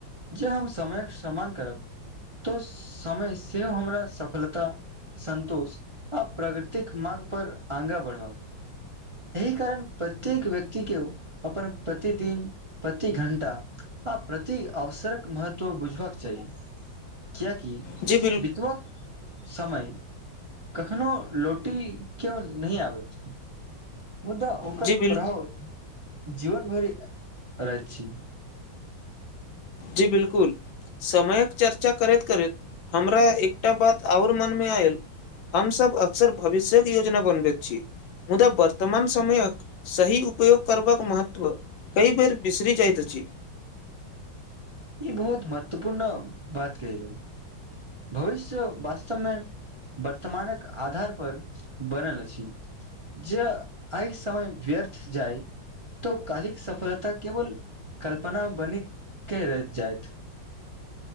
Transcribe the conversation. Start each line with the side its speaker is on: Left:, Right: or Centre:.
Right: जे हम समयके सम्मान करब तऽ समय सेहो हमरा सफलता सतोष आ प्रागग्रतिक मार्ग पर आगा बढ़ब एहि कारण प्रत्येक व्यक्ति के अपन प्रतिदिन प्रति घण्टा। आब प्रति अवसरक महत्व बुझबाक चाही कियकि।
Left: जी बिल
Right: बितवऽ। समय कखनो लोटी केओ नहि आबैत। मुदा ओकर
Left: जी बिल्कुल
Right: प्रभाव जीवन भरि रह छी
Left: जी बिलकुल। समयक चर्चा करैत करैत हमरा एकटा बात आओर मनमे आयल। हमसभ अक्सर भविष्यक योजना बनबैत छी मुदा वर्तमान समय। सही उपयोग करबाक महत्व कई बेर बिसरी जाइत अछि।
Right: ई बहुत महत्वपूर्ण बात कहै या। भविष्य वास्तवमे वर्तमानक आधार पर बनल अ जऽ आइ समय व्यर्थ जाय। <unintelligible> तऽ काल्हिक सफलता केवल कल्पना बनी के रैह जायइत